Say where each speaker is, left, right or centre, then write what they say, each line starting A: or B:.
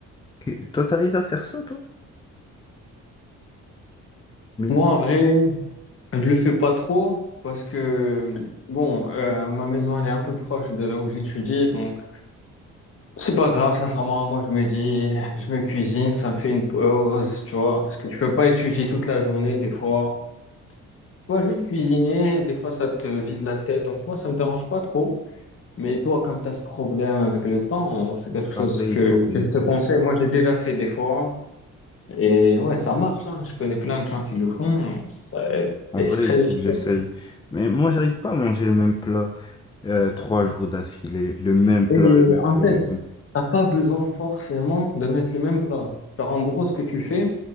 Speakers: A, on the left; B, on the left.
A: Ok, Toi, t'arrives à faire ça, toi? Mille.
B: Moi, en vrai, je le fais pas trop parce que, bon, euh, ma maison, elle est un peu proche de là où j'étudie, donc C'est pas grave, sincèrement. Moi, je me dis, je me cuisine, ça me fait une pause, tu vois, parce que tu peux pas étudier toute la journée, des fois. Tu vois, juste cuisiner, des fois, ça te vide la tête. Donc, moi, ça me dérange pas trop. Mais toi, comme tu as ce problème avec le temps, c'est quelque chose
A: En vrai,
B: que,
A: il faut que
B: que
A: j'essaie.
B: je te conseille. Moi, j'ai déjà fait des fois. Et ouais, ça marche, hein. Je connais plein de gens qui le font. Ça-
A: En
B: Et
A: vrai,
B: c'est très
A: il
B: difficile.
A: faut que j'essaye. Mais moi, j'arrive pas à manger le même plat euh, trois jours d'affilée. Le même
B: Et
A: plat, le même
B: en
A: plat,
B: fait,
A: le même...
B: t'as pas besoin forcément de mettre les mêmes plats. Genre, en gros, ce que tu fais,